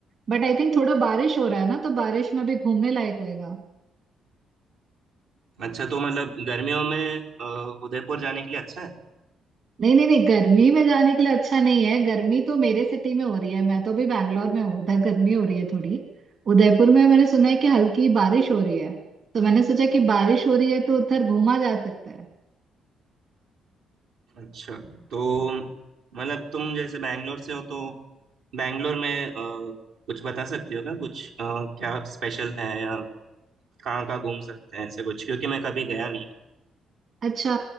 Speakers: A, on the right (about 55°); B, on the right (about 85°).
A: बट आई थिंक थोड़ा बारिश हो रहा है ना तो बारिश में भी घूमने लायक होएगा
B: अच्छा तो मतलब गर्मियों में अ, उदयपुर जाने के लिए अच्छा है
A: नहीं नहीं नहीं गर्मी में जाने के लिए अच्छा नहीं है गर्मी तो मेरे सिटी में हो रही है मैं तो अभी बैंगलोर में हूँ उधर गर्मी हो रही है थोड़ी उदयपुर में मैंने सुना है कि हल्की बारिश हो रही है तो मैंने सोचा कि बारिश हो रही है तो उधर घूमा जा सकता है
B: अच्छा तो मतलब तुम जैसे बैंगलोर से हो तो बैंगलोर में अ, कुछ बता सकती हो क्या कुछ अ, क्या स्पेशल है या कहाँ कहाँ घूम सकते हैं ऐसे कुछ क्योंकि मैं कभी गया नहीं
A: अच्छा